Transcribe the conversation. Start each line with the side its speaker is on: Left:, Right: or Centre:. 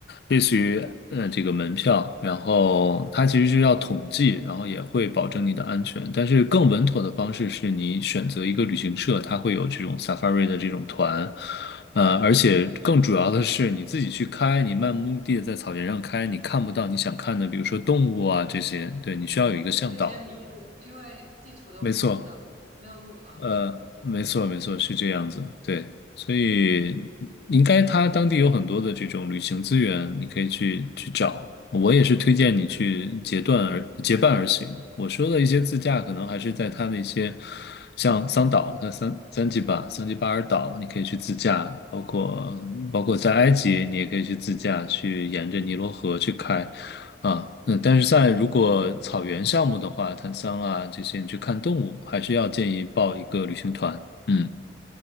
Left: 类似于呃这个门票，然后它其实是要统计，然后也会保证你的安全，但是更稳妥的方式是你选择一个旅行社，它会有这种 Safari 的这种团。呃，而且更主要的是，你自己去开，你漫无目的的在草原上开，你看不到你想看的，比如说动物啊这些，对，你需要有一个向导。
Right: 我就会直接迷路，因为地图都看不到，
Left: 没错。
Right: 没有路，嗯。
Left: 呃，没错，没错，是这样子，对，所以应该他当地有很多的这种旅行资源，你可以去去找。我也是推荐你去结段而结伴而行。我说的一些自驾，可能还是在它那些像桑岛，它三三吉巴、桑吉巴尔岛，你可以去自驾，包括包括在埃及，你也可以去自驾，去沿着尼罗河去开。啊，嗯，但是在如果草原项目的话，坦桑啊这些，你去看动物，还是要建议报一个旅行团。嗯。